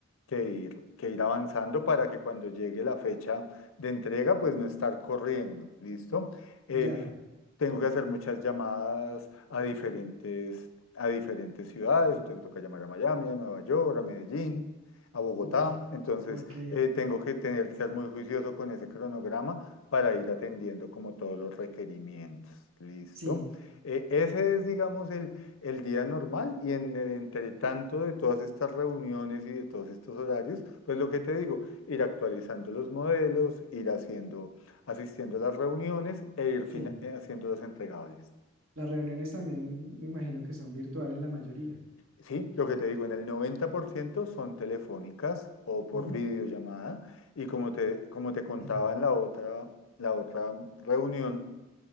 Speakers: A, on the left; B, on the right.
A: que ir, que ir avanzando para que cuando llegue la fecha de entrega, pues no estar corriendo. ¿Listo? Eh,
B: ya,
A: tengo que hacer muchas llamadas a diferentes, a diferentes ciudades. Entonces, me toca llamar a Miami, a Nueva York, a Medellín a Bogotá.
B: uy,
A: Entonces,
B: ok,
A: eh, tengo que tener, ser muy juicioso con ese cronograma para ir atendiendo como todos los requerimientos. ¿Listo?
B: sí,
A: Eh, ese es, digamos, el, el día normal y en el entretanto de todas estas reuniones y de todos estos horarios, pues lo que te digo, ir actualizando los modelos, ir haciendo, asistiendo a las reuniones e ir fina-
B: sí,
A: eh, haciéndolas entregables.
B: las reuniones también me imagino que son virtuales la mayoría,
A: Sí, lo que te digo, en el 90% son telefónicas o por
B: Ujú.
A: videollamada. Y como te, como te contaba
B: <clears throat>
A: en la otra, la otra reunión,